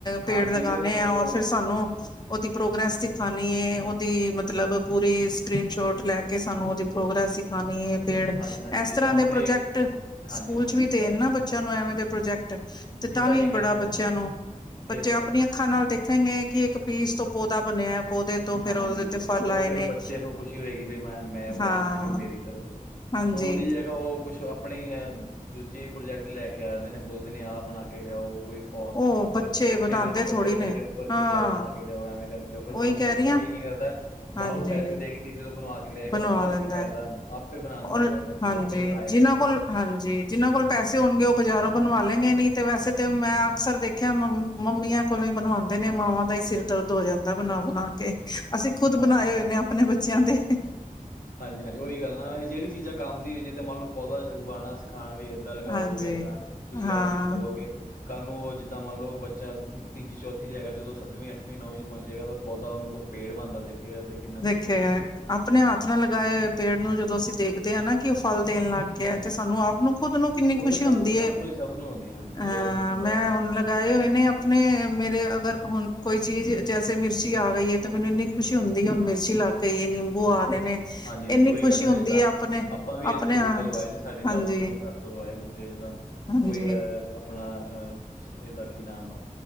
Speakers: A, on the left; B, on the left.
A: ਪੇੜ
B: ਹਾਂ,
A: ਲਗਾਉਂਦੇ
B: ਜਿਵੇਂ ਉਹ
A: ਹਾਂ ਔਰ ਫਿਰ ਸਾਨੂੰ ਉਹਦੀ ਪ੍ਰੋਗਰੈਸ ਸਿਖਾਉਣੀ ਏ ਉਹਦੀ ਮਤਲਬ ਪੂਰੀ ਸਕਰੀਨ ਸ਼ੋਟ ਲੈ ਕੇ ਸਾਨੂੰ ਉਹਦੀ ਪ੍ਰੋਗਰੈਸਖ ਲਗਾਨੀ ਏ ਪੇੜ।
B: ਹਾਂਜੀ, ਹਾਂਜੀ
A: ਇਸ
B: ਜਿੱਦਾਂ
A: ਤਰਾਂ ਦੇ
B: ਹੁਣ ਇਹ
A: ਪ੍ਰੋਜੈਕਟ
B: ਹਾਂਜੀ,
A: ਸਕੂਲ
B: ਹਾਂਜੀ
A: ਵੀਚ
B: ਜਿੱਦਾਂ
A: ਦੇਣ ਨਾ ਬੱਚੇ ਚਲੋ ਐਵੇਂ ਦੇ ਪ੍ਰੋਜੈਕਟ। ਤੇ ਤਾਂ
B: ਜਿੱਦਾਂ
A: ਵੀ
B: ਇਹ
A: ਬੜਾ
B: ਕਹਿੰਦੇ
A: ਬੱਚਿਆਂ
B: ਨੇ ਹਾਂਜੀ,
A: ਨੂੰ ਬੱਚੇ
B: ਇਹ ਤੇ
A: ਆਪਣੀਆਂ
B: ਹੈ।
A: ਅੱਖਾਂ ਨਾਲ ਦੇਖਣਗੇ। ਕਿ ਇੱਕ ਪੀਸ ਤੋਂ ਪੌਦਾ ਬਣਿਆ ਪੌਦੇ ਤੋਂ ਫਿਰ
B: ਹਾਂਜੀ
A: ਉਹਦੇ ਤੇ ਫਲ ਆਏ
B: ਉਹ ਫੇਿਰ
A: ਨੇ
B: ਬੱਚੇ ਨੂੰ ਖੁਸ਼ੀ ਹੋਏਗੀ ਬਈਮੈਂ ਮੈਂ ਉਗਾਇਆ
A: ਹਾਂ
B: ਸੀ ਵੀ ਮੇਰੀ ਤਰ ਤੋਂ
A: ਹਾਂਜੀ
B: ਹੁਣ ਉਹਦੀ ਜ ਹੈਗਾ ਉਹ ਕੁਛ ਆਪਣੇ ਦੂਜੇ ਪ੍ਰੋਜੈਕਟ ਲੈ ਕੇ ਆ ਜਾਂਦੇ ਨੇ ਬੋਲਦੇ ਨੇ ਆਹ ਬਣਾ ਕੇ ਲਿਆਓ ਕੋਈ ਫੋ
A: ਉਹ ਬੱਚੇ
B: ਗ ਗੱਤੇ
A: ਬਣਾਉਂਦੇ
B: ਦੇ ਉੱਪਰ
A: ਥੋੜ੍ਹੀ
B: ਗੱਤੇ
A: ਨੇ
B: ਦੇ ਉੱਪਰ
A: ਹਾਂ
B: ਚੀਜ਼ਾਂ ਉਹ ਬਣਾ ਕੇ ਲਿਆਓ ਐਵੇਂ ਕਰਕੇ ਲਿਆਓ ਫਿਰ
A: ਉਹੀ
B: ਉਹ
A: ਕਹਿ ਰਹੀ
B: ਤਾ
A: ਹਾਂ
B: ਵੀ ਕੀ ਕਰਦਾ। ਹੈਬਾਹਰੋਂ
A: ਹਾਂਜੀ
B: ਪੈਸੇ ਦੇ ਕੇ ਕਿਸੇ ਬਣਵਾ ਕੇ ਲਿਆਏਗਾ
A: ਬਣਵਾ
B: ਉਹਦਾ
A: ਲੈਂਦਾ
B: ਕੀ ਫਾਇਦਾ ਆਪੇ ਬਣਾਉਣ
A: ਔਰ
B: ਦਾ ਫਾਇਦਾ ਕੀ
A: ਹਾਂਜੀ
B: ਆਪੇ ਹੀ ਬਣਾਏਗਾ
A: ਜਿਨਾਂ
B: ਨੀ
A: ਕੋਲ
B: ਬੱਚਾ
A: ਹਾਂਜੀ ਜਿਹਨਾਂ ਕੋਲ ਪੈਸੇ ਹੋਣਗੇ ਉਹ ਬਾਜ਼ਾਰੋਂ ਬਣਵਾ ਲੈਂ ਗੇ ਨਹੀਂ ਤੇ ਵੈਸੇ ਤਾਂ ਮੈਂ ਅਕਸਰ ਦੇਖਿਆ ਮੰ ਮੰਮੀਆਂ ਕੋਲੋ ਹੀ ਬਣਵਾਉਂਦੇ ਨੇ ਮਾਵਾਂ ਦਾ ਹੀ ਸਿਰ ਦਰਦ ਹੋ ਜਾਂਦਾ ਬਣਾ ਬਣਾ ਕੇ ਅਸੀਂ ਖੁਦ
B: ਹਾਂਜੀ।
A: ਬਣਾਏ ਹੋਏ ਨੇ ਆਪਣੇ ਬੱਚਿਆਂ ਦੇ
B: ਹਾਂਜੀ -ਹਾਂਜੀ ਉਹੀ ਗੱਲ ਨਾ ਇਹ ਜਿਹੜੀ ਚੀਜ਼ ਆ ਕੰਮ ਦੀ ਹੋਈੇ ਤਾਂ ਮੰਨ ਲਓ ਪੌਦਾ ਉਗਾਉਣਾ ਸਿਖਾਉਣ ਗੇ ਇੱਦਾਂ ਲਗਾਓਗੇ
A: ਹਾਂਜੀ
B: ਏਦਾਂ ਤੁਸੀਂ
A: ਹਾਂ
B: ਆਹ ਚੀਜ਼ ਕਰੋਗੇ ਤਾਂ ਕੱਲ੍ਹ ਨੂੰ ਉਹ ਜਿੱਦਾਂ ਮੰਨ ਲਉ ਬੱਚਾ ਤੀਜੀ ਚੌਥੀ 'ਚ ਹੈਗਾ ਜਦੋਂ ਸੱਵੀਂ ਅਠਵੀਂ ਨੌਵੀਂ ' ਪਹੁੰਚੇਗਾ ਤਾਂ ਪੌਦਾ ਉਹਨੂੰ ਪੇੜ ਬਣਦਾ ਦੇਖੇਗਾ ਤੇ ਕਿੰਨਾ ਖੁਸ਼
A: ਵੇਖਿਆ
B: ਹੋਏਗਾ ਬੱਚਾ
A: ਆਪਣੇ ਹੱਥ ਨਾਲ ਲਗਾਏ ਪੇੜ ਨੂੰ ਜਦੋਂ ਅਸੀਂ ਦੇਖਦੇ ਹਾਂ ਨਾ ਕਿ ਉਹ ਫਲ ਦੇਣ ਲੱਗ ਕਿਹਾ ਤੇ ਸਾਨੂੰ ਆਪ ਨੂੰ ਖੁਦ ਨੂੰ ਕਿੰਨੀ
B: ਉਹ
A: ਖੁਸ਼ੀ
B: ਤੇ
A: ਹੁੰਦੀ
B: ਸਭ ਸਭ
A: ਹੈ
B: ਨੂੰ ਸਭ ਨੂੰ ਹੁੰਦੀ ਹਾਂਜੀ ਜਿਹੜਾ
A: ਅਹ
B: ਵੀ ਬੰਦਾ
A: ਮੈਂ ਹੁਣ ਲਗਾਏ ਹੋਏ ਨੇ ਆਪਣੇ ਮੇਰੇ ਅਗਰ ਹੁਣ ਕੋਈ ਚੀਜ਼ ਜੈਸੇ ਮਿਰਚੀ ਆ ਗਈ ਹੈ ਤੇ ਮੈਨੂੰ ਇੰਨੀ ਖੁਸ਼ੀ ਹੁੰਦੀ ਹੁੰ ਮਿਰਚੀ ਲੱਗ ਗਈ ਏ ਨਿੰਬੂ ਆ ਗਹੇ ਨੇ
B: ਹਾਂਜੀ -ਹਾਂਜੀ
A: ਇੰਨੀ
B: ਉਹੀ
A: ਖੁਸ਼ੀ
B: ਗੱਲ ਹੈ
A: ਹੁੰਦੀ
B: ਨਾ ਜਿੱਦਾਂ
A: ਆਪਣੇ
B: ਆਪਾਂ ਵੀ
A: ਆਪਣੇ
B: ਇੱਥੇ ਬੂਟੇ
A: ਹੱਥ
B: ਲਵਾਏ ਨੇ ਸਾਡੀ ਦਾਦੀ
A: ਹਾਂਜੀ
B: ਨੇ ਸਾਡੇ ਤੋਂ ਲਵਾਏ ਬੂਟੇ ਜਿੱਦਾਂ
A: ਹਾਂਜੀ
B: ਕੋਈ ਅਹ ਆਪਣਾ ਅਹ ਇਹਦਾ ਕੀ ਨਾਮ